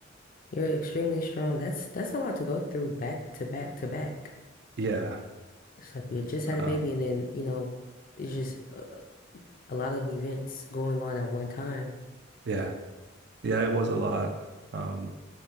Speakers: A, on the left; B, on the right.
A: You're extremely strong. That's that's a lot to go through back to back to back.
B: yeah,
A: It's like you had just had
B: um,
A: a baby and then, you know, it's just a, a lot of events going on at one time.
B: yeah, yeah. It was a lot, um,